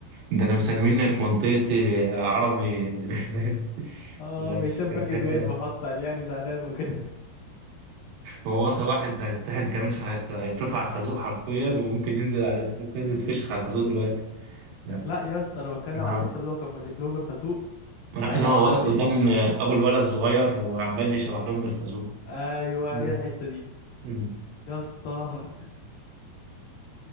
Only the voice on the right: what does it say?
ده انا مسميني في منطقتي عربي <laughs>
ده
كانت
حته
هو وصل واحد هيتطحن كمان شويه هيت- هيترفع على الخازوق حرفيا وممكن ينزل على ممكن ينزل فشخ على الخازوق دلوقتي لا
عربي
لا
لا،
هو واقف
قدام ابو الولد الصغير وعمال يشوح لهم بالخازوق
مم.
مم.